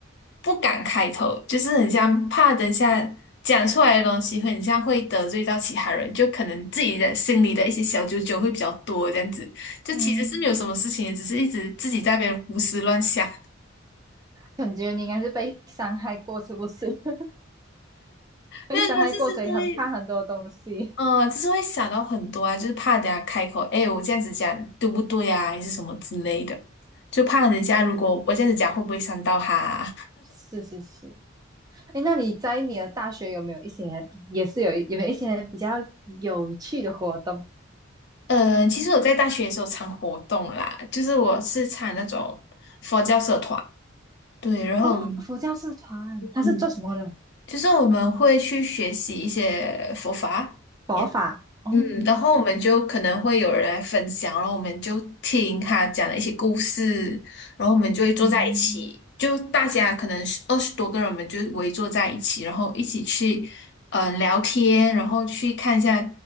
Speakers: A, on the left (about 60°); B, on the right (about 20°).
A: 不敢开头，就是很像怕等下讲出来的东西会很像会得罪到其他人，就可能自己的心里的一些小九九会比较多这样子。就其实是没有什么事情，
B: 嗯，
A: 只是一直自己在那边胡思乱想。<laughs>
B: 感觉你应该是被伤害过，是不是？<laughs> 被伤害过，
A: 因为但是就是会，
B: 所以很怕很多东西。
A: 呃，就是会想到很多啊，就是怕等下开口，哎，我这样子讲对不对啊，还是什么之类的，就怕人家如果我这样子讲会不会伤到他啊
B: 对哦，是是是。哎，那你在你的大学有没有一些，也是有有没有一些比较有趣的活动？
A: 呃，其实我在大学的时候常活动啦，就是我是参那种佛教社团，对，然后
B: 哦，佛教社团，它是做什么的？
A: 嗯，就是我们会去学习一些佛法，
B: 佛法。哦，
A: 嗯，然后我们就可能会有人来分享，然后我们就听他讲的一些故事，然后我们就会坐在一起，
B: 嗯
A: 就大家可能是二十多个人，我们就围坐在一起，然后一起去嗯、呃聊天，然后去看一下